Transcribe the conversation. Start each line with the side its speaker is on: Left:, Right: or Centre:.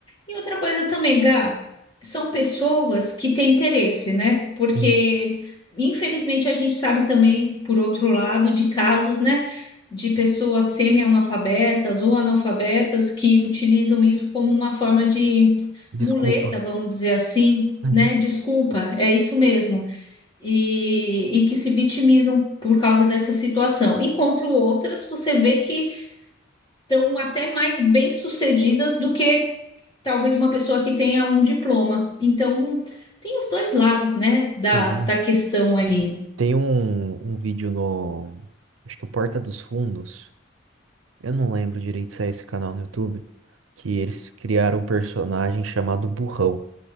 Left: E outra coisa também, Gá, são pessoas que têm interesse, né? Porque,
Right: Sim.
Left: infelizmente, a gente sabe também, por outro lado, de casos, né? De pessoas semi-analfabetas ou analfabetas que utilizam isso como uma forma de
Right: Desculpa.
Left: muleta, vamos dizer assim,
Right: Uhum.
Left: né? Desculpa, é isso mesmo e, e que se vitimizam por causa dessa situação, enquanto outras você vê que estão até mais bem-sucedidas do que talvez uma pessoa que tenha um diploma. Então, tem os dois lados, né, da,
Right: Sim.
Left: da questão aí.
Right: Tem um, um vídeo no. Acho que é Porta dos Fundos Eu não lembro direito se é esse canal no YouTube, que eles criaram um personagem chamado Burrão.